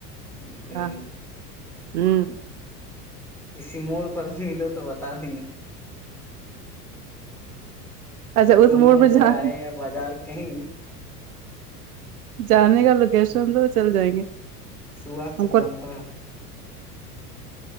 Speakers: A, in the centre; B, on the right.
A: ہوں
B: واہ ہوں
A: کسی موڑ پر ملو تو بتا دیں گے
B: اچھا اس موڑ
A: یا
B: پہ
A: چوراہے
B: جان
A: یا بازار کہیں بھی
B: جانے کا لوکیشن تو وہ چل جائیں گے
A: سباس
B: ہم
A: چوک
B: کو
A: جامتا تھا